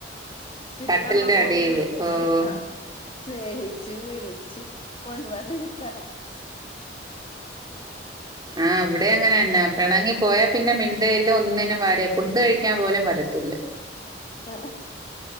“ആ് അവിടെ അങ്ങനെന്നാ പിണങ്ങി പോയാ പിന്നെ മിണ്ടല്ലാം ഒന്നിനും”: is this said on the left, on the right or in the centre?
Right